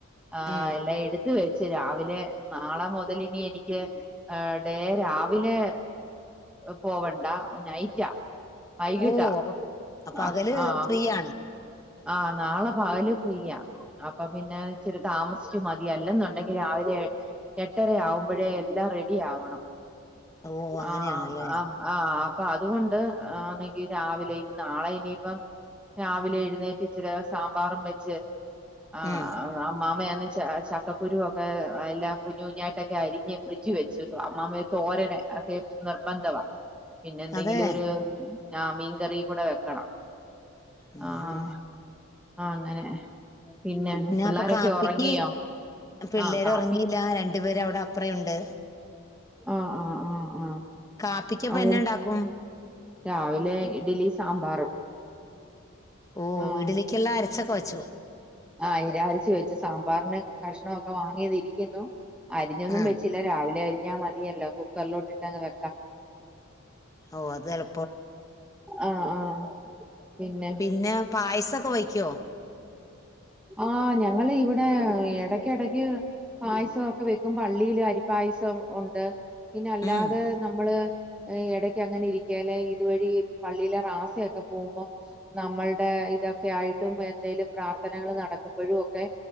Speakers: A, in the centre; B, on the left.
A: ആഹ്
B: ഉം
A: എല്ലാം എടുത്തു വെച്ച് രാവിലെ നാളെ മുതല് നി എനിക്ക് ഡേ രാവിലെ പോവണ്ട നൈറ്റാ വൈകിട്ടാ
B: ഓ അപ്പൊ അപ്പൊ പകല്
A: ആഹ് ആഹ്
B: ഫ്രീ ആണ്
A: ആഹ് നാളെ പകല് ഫ്രീയാ അപ്പൊ പിന്നെ ഇച്ചരി താമസിച്ചു മതി അല്ലെന്നുണ്ടെങ്കി രാവിലെ എട്ടര ആവുമ്പോഴേ എല്ലാം റെഡി ആവണം
B: ഓ അങ്ങനെയാണല്ലേ
A: ആഹ് ആഹ് ആഹ് അപ്പൊ അതുകൊണ്ട്ങ്കി രാവിലെ നാളെ ഇനിയിപ്പം രാവിലെ എഴുന്നേറ്റ് ഇച്ചിരി സാമ്പാറും വെച്ച് ആഹ്
B: ഉം
A: അമ്മാമയാനെ ച ഈഹ് ചക്കക്കുരു ഒക്കെ എല്ലാം കുഞ്ഞു കുഞ്ഞായിട്ടൊക്കെ അരിഞ്ഞ് ഫ്രിഡ്ജി വെച്ചിരുന്നു അമ്മാമ്മയെ തോരന് കേപ്ച് നിർബന്ധവാ. പിന്നെന്തെങ്കിലു
B: അതെ
A: ഒരു ആഹ് മീൻ കറിയും കൂടെ വെക്കണം.
B: ഉം
A: ആഹ്
B: ഉം.
A: ആഹ് അങ്ങനെ. പിന്നെ പിള്ളേരൊക്കെ
B: അപ്പൊ കാപ്പിക്ക്
A: ഉറങ്ങിയോ?
B: പിള്ളേര്
A: ആഹ് കാപ്പി
B: ഉറങ്ങിയില്ല. രണ്ടുപേര് അവിടെ അപ്പറേ ഉണ്ട്.
A: ആഹ് ആഹ് ആഹ് ആഹ്.
B: കാപ്പിക്കപ്പൊ
A: അവർ
B: എന്നാ ഉണ്ടാക്കും?
A: രാവിലെ ഇഡ്ഡലി സാമ്പാറും.
B: ഓഹ്
A: ആഹ്
B: ഇഡ്ഡലിക്കെല്ലാം അരച്ചൊക്കെ വെച്ചു.
A: ആഹ് അയിന്റെ അരച്ചു വെച്ചു. സാമ്പാറിന് കഷ്ണം ഒക്കെ വാങ്ങിയതിരിക്കുന്നു. അരിഞ്ഞൊന്നും
B: ആ
A: വെച്ചില്ല. രാവിലെ അരിഞ്ഞാൽ മതിയല്ലോ. കുക്കറിലോട്ട് ഇട്ടങ്ങ് വെക്കാം.
B: ഓഹ് അതെള്
A: ആഹ് ആഹ് പിന്നെ
B: പിന്നെ പായസൊക്കെ വയ്ക്കുവോ?
A: ആഹ് ഞങ്ങള് ഇവിടെ എടയ്ക്കെടയ്ക്ക് പായസവൊക്കെ വെക്കും. പള്ളിയില് അരിപ്പായസം ഉണ്ട്. പിന്നെ അല്ലാതെ
B: ഉം
A: നമ്മള് ഇടക്ക് അങ്ങനെ ഇരിക്കേലെ ഇതുവഴി പള്ളിയിലെ റാസയൊക്കെ പോകുമ്പം നമ്മൾടെ ഇതൊക്കെ ആയിട്ടും എന്തേലും പ്രാർത്ഥന കള് നടക്കുമ്പഴും ഒക്കെ